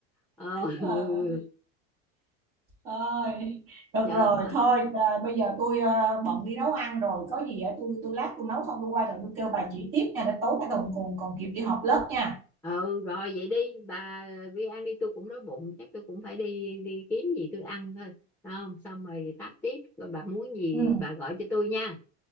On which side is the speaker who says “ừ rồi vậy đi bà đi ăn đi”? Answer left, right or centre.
Centre